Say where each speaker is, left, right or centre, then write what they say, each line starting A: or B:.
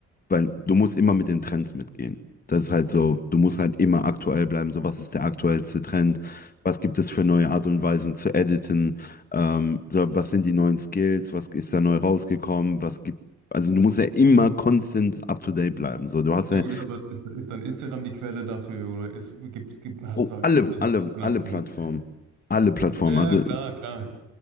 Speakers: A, on the left; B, on the right.
A: weil du musst immer mit den Trends mitgehen. Das ist halt so, du musst halt immer aktuell bleiben, so was ist der aktuellste Trend, was gibt es für neue Art und Weisen zu editen, ähm, so, was sind die neuen Skills, was ist da neu rausgekommen, was gibt, also du musst ja immer constant up to date bleiben, so, du hast ja,
B: Ja gut, ist aber ist, ist dann Instagram die Quelle dafür oder ist, gibt, gibt, hast
A: oh,
B: du,
A: alle,
B: gibt es
A: alle,
B: auch alternative
A: alle Plattformen.
B: Quellen?
A: Alle Plattformen.
B: Ja,
A: Also
B: ja, klar, klar.